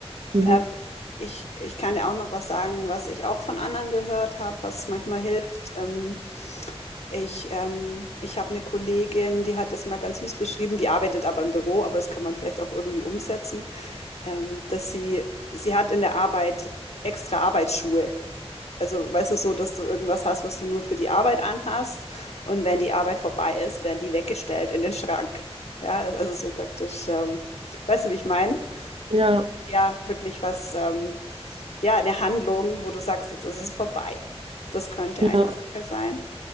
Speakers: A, on the right; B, on the left.
A: Mhm.
B: Ähm, ich, ich kann dir auch noch was sagen, was ich auch von anderen gehört habe, was manchmal hilft. Ähm, ich ähm, ich habe eine Kollegin, die hat das mal ganz süß beschrieben, die arbeitet aber im Büro, aber das kann man vielleicht auch irgendwie umsetzen ähm, dass sie, sie hat in der Arbeit extra Arbeitsschuhe. Also, weißt du, so, dass du irgendwas hast, was du nur für die Arbeit anhast. Und wenn die Arbeit vorbei ist, werden die weggestellt in den Schrank. Ja, also so praktisch, ähm, weißt du, wie ich meine?
A: Ja,
B: Ja, wirklich was, ähm, ja, eine Handlung, wo du sagst, jetzt ist es vorbei. Das könnte
A: ja,
B: eine Sache sein.